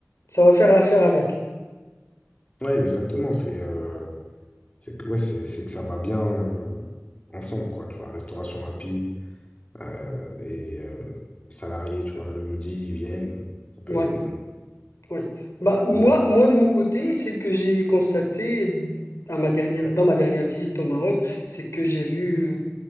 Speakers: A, on the left (about 70°); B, on the left (about 25°).
A: ça va faire l'affaire avec.
B: Ouais, exactement. C'est euh, c'est que, ouais, c'est, c'est que ça va bien euh, ensemble, quoi. Tu vois, restauration rapide euh, et euh, les salariés, tu vois, le midi, ils viennent. Ça peut
A: Oui.
B: être une bonne
A: Oui. Bah, moi,
B: idée.
A: moi, de mon côté, c'est que j'ai constaté à ma dernière, dans ma dernière visite au Maroc, c'est que j'ai vu euh,